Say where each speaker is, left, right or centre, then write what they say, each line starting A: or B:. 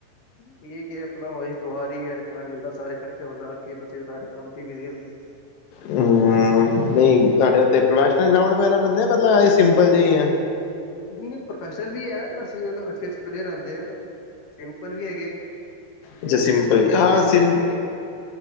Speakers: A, on the left; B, on the left.
A: ਠੀਕ ਏ ਆਪਣਾ ਉਹੀ ਤਿਉਹਾਰ ਆ ਰਹੀ ਹੈ ਟਾਈਮ ਮਿਲਦਾ ਸਾਰੇ ਇਕੱਠੇ ਹੁੰਦਾ ਅੱਗੇ ਪਿੱਛੇ ਸਾਰੇ ਕੰਮ ਤੇ ਬਿਜ਼ੀ ਹੁੰਦੇ।
B: ਹਮ ਨਹੀਂ ਤੁਹਾਡੇ ਉੱਥੇ ਪ੍ਰੋਫੈਸ਼ਨਲ ਗਉਂਡ ਵਗੈਰਾ ਵੀ ਬੰਦੇ ਮਤਲਬ ਇਹ ਸਿੰਪਲ ਜਿਹੇ ਆ।
A: ਨਹੀਂ ਪ੍ਰੋਫੈਸ਼ਨਲ ਵੀ ਹੈ ਅਸੀਂ ਅੱਛੇ ਅੱਛੇ ਪਲੇਅਰ ਆਉਂਦੇ ਆ ਸਿੰਪਲ ਵੀ ਹੈਗੇ ਨੇ। ਜੇ
B: ਅੱਛਾ
A: ਹੁਣ
B: ਸਿੰਪਲ
A: ਤੁਸੀਂ ਵਧੀਆ
B: ਹਾਂ
A: ਗੇਮ ਖੇਡਣੀ
B: ਸਿੰਪ
A: ਹੈ